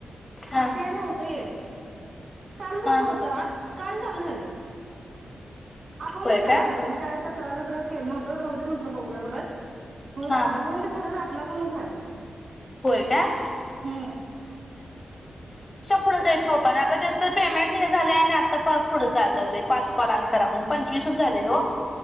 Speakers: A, on the left; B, on the right.
A: हा
B: ते नव्हतं येत. चालूच होत
A: हा
B: नव्हत. आ काल चालू झालेय. आपून
A: होय
B: चालू
A: का
B: झालं, मी काय तक्रार, तक्रार केलं नव्हतो राहू दे, म्हटलं बघूया परत. होईल
A: हा
B: आपलं, पण ते खरंच आपल <unintelligible> झालं
A: होय काय
B: हम्म
A: पुढंेत नव्हत आणि आता त्याच पेमेंट हे झालंय आणि आता टास्क पुढं जायला लागले पाच कॉल आनी करा म्हण, पंचवीस. झालेल ओ.